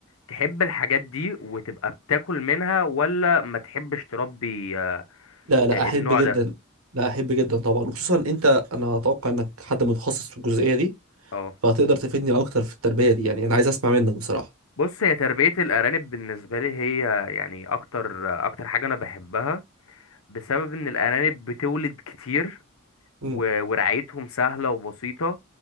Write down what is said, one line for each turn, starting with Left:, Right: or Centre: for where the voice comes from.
Left: تحب الحاجات دي وتبقى بتاكل منها ولا ما تحبش تربي آه،
Right: لا لا
Left: آه،
Right: احب
Left: النوع
Right: جدا
Left: ده
Right: لا احب جدا طبعا وخصوصا انت انا اتوقع انك حد متخصص في الجزئيه دي
Left: اه
Right: فهتقدر تفيدني اكتر في التربيه دي يعني انا عايز اسمع منك بصراحه
Left: بص هي تربية الأرانب بالنسبة لي هي يعني أكتر أكتر حاجة أنا بحبها بسبب ان الارانب بتولد كتير
Right: امم
Left: و- ورعايتهم سهلة وبسيطة